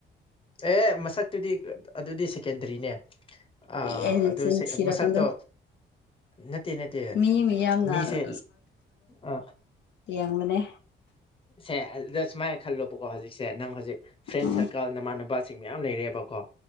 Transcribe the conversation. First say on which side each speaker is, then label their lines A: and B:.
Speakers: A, on the left; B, on the left.
A: ꯑꯦ ꯃꯁꯛꯇꯨꯗꯤ ꯑꯗꯨꯗꯤ ꯁꯦꯀꯦꯟꯗꯔꯤꯅꯦ ꯑ
B: ꯑꯦ
A: ꯑꯗꯨ
B: ꯆꯤꯟ
A: ꯁꯤ
B: ꯊꯤꯔꯀꯥꯟꯗ
A: ꯃꯁꯥꯠꯇꯣ ꯅ ꯅꯠꯇ
B: ꯃꯤ ꯃꯌꯥꯝꯅ
A: ꯃꯤꯁꯦ ꯑ
B: ꯌꯦ ꯌꯦꯡꯕꯅꯦ
A: ꯁꯦ ꯑꯗꯨꯗ ꯁꯨꯃꯥꯏꯅ ꯈꯜꯂꯣꯕꯀꯣ ꯍꯧꯖꯤꯛꯁꯦ ꯅꯪ ꯍꯧꯖꯤꯛ ꯐ꯭ꯔꯦꯟ
B: ꯎꯝ
A: ꯁꯥꯔꯀꯜꯅ ꯃꯥꯥꯟꯅꯕ ꯄꯥꯁꯤꯡ ꯃꯌꯥꯝ ꯂꯩꯔꯦꯕꯀꯣ